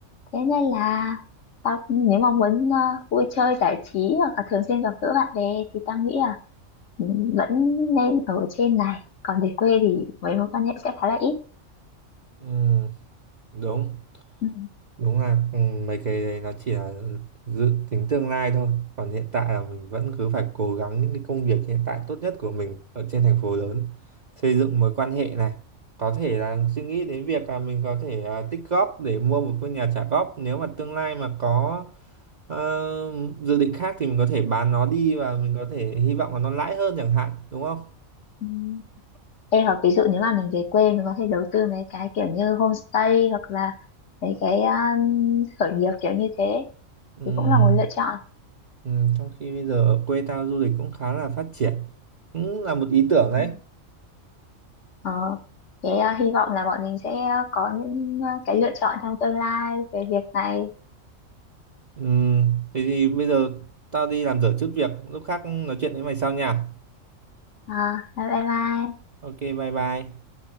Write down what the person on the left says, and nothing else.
Thế nên là tao nếu mà muốn ờ, vui chơi giải trí hoặc là thường xuyên gặp gỡ bạn bè thì tao nghĩ là ừ, vẫn nên ở trên này. Còn về quê thì mấy mối quan hệ sẽ khá là ít.
Ừ.
Ừ. Ê, hoặc ví dụ nếu mà mình về quê mình có thể đầu tư mấy cái kiểu như homestay hoặc là mấy cái um, khởi nghiệp kiểu như thế
thì cũng là một lựa chọn.
Ừ. Ờ, thế à, hy vọng là bọn mình sẽ có những à, cái lựa chọn trong tương lai về việc này.
À, bye bye.